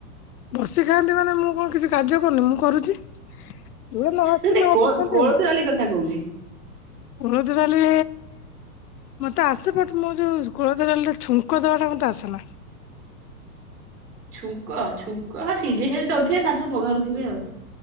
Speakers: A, on the left; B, on the right.
A: ବସି ଖାଆନ୍ତି ମାନେ ମୁଁ କଣ କିଛି କାର୍ଯ୍ୟ କରୁନି ମୁଁ କରୁଛି। ଜୋରା ନ ଆଶୁଛି
B: ନାଇଁ ନାଇଁ
A: ମା
B: କୋ
A: କରୁଛନ୍ତି।
B: କୋଳଥ ଡାଲି କଥା କୋହୁଚି।
A: କୋଳଥ ଡାଲି ମତେ ଆସ ବଟ ମୁଁ ଯୋଉ କୋଳଥଡାଲିର ଛୁଁ ଙ୍କ ଦେବାଟା ମତେ ଆସେନା।
B: ଛୁଁଙ୍କ ଛୁଁଙ୍କ ହ ସିଜେ ସାରି ଦଉଥିବେ ଶାଶୁ ପଘାରୁଥିବେ ଆଉ।